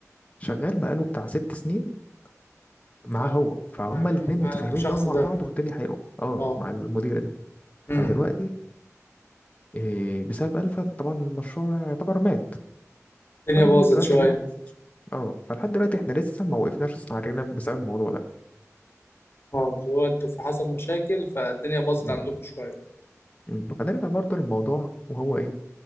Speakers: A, on the left (about 25°); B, on the left (about 45°).
A: شغال بقاله بتاع ست سنين معاه
B: اه
A: هو فهما
B: مع,
A: الاتنين
B: مع
A: متفاهمين
B: الشخص
A: قوي مع
B: ده
A: بعض والدنيا حلوه اه
B: اه
A: مع المدير ده
B: امم
A: فدلوقتي إيه بسبب الفا طبعا المشروع يعتبر مات
B: الدنيا
A: فالمهم
B: باظت
A: دلوقتي
B: شوية
A: اللي احنا اه فلحد دلوقتي احنا لسه ما وقفناش اصلا على رجلنا بسبب الموضوع ده
B: اه اللي هو انتوا في حصل مشاكل فالدنيا باظت
A: مم.
B: عندكم شوية
A: مم. فنرجع برضو للموضوع وهو ايه